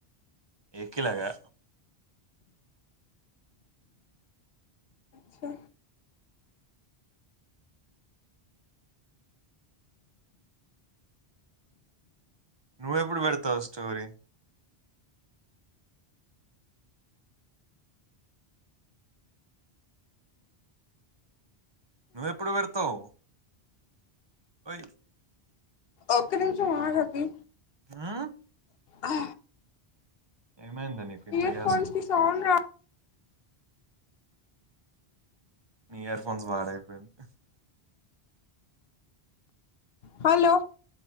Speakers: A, on the right; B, on the left.
A: ఎకిల్లగా
B: చా
A: నువ్వెప్పుడు పెడతావు స్టోరీ నువ్వెప్పుడు పెడతావు ఓయ్
B: ఒక్క నిమిషం ఆగు అభి
A: ఆ
B: ఆ
A: ఏమైందా నీకు ఇంత
B: ఈయర్ఫోన్స్
A: గ్యాస్ ఉంది
B: కి సౌండ్ రావట్లే
A: నీ ఇయర్ ఫోన్స్ పాడైపోయింది
B: హలో